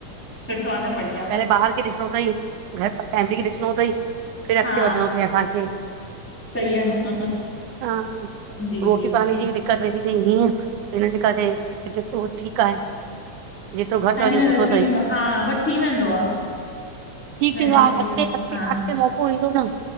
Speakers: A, in the centre; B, on the right (about 85°).
A: सुठो आ न बढ़िया।
B: ॿाहर खे ॾिसणो अथई घर फैमिली खे ॾिसणो अथई फिर अॻिते
A: हा
B: वधणो अथई असांखे।
A: सही आहे न
B: हा
A: जी जी जी
B: दिकत वेंदी तई ईय इन जे कर अ ही ठीक आहे। जेतिरो घटि
A: हली
B: वञ
A: वेंदो
B: सुठो
A: थी
B: तई।
A: वेंदो हा बट थी वेंदो आहे
B: तीज
A: मैनेज
B: त्यौहार
A: थी वेंदो
B: अॻते-अॻते
A: हा
B: मौको ईंदो न।